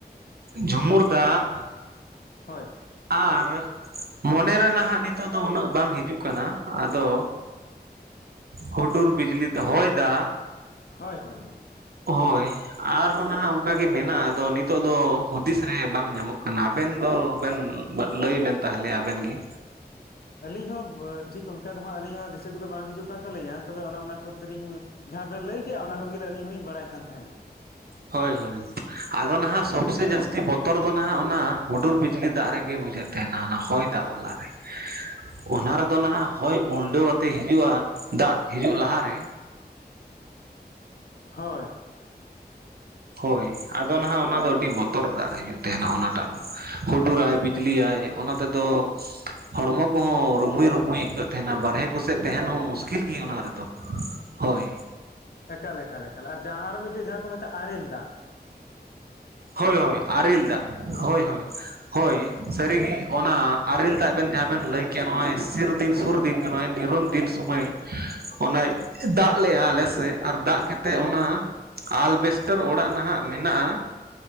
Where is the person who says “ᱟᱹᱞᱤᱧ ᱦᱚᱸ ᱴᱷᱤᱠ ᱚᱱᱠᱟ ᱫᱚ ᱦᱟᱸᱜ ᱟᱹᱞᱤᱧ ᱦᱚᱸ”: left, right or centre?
Left